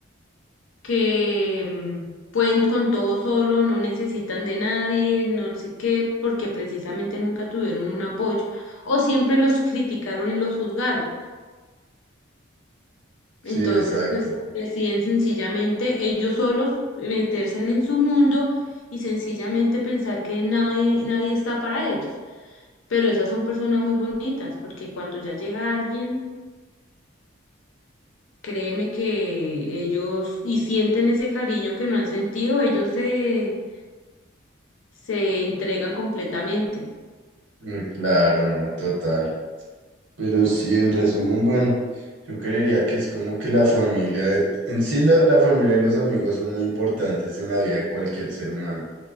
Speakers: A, on the left; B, on the right.
A: que mm, pueden con todo solo, no necesitan de nadie, no sé qué, porque precisamente nunca tuvieron un apoyo o siempre los criticaron y los juzgaron.
B: Sí,
A: Entonces,
B: exacto.
A: pues deciden sencillamente ellos solos meterse en su mundo y sencillamente pensar que nadie, nadie está para ellos. Pero esas son personas muy bonitas, porque cuando ya llega alguien, créeme que ellos y sienten ese cariño que no han sentido, ellos se se entregan completamente.
B: Muy claro, no, total. Pero sí, en resumen, bueno, yo creería que es como que la familia, en sí la, la familia y los amigos son muy importantes en la vida de cualquier ser humano,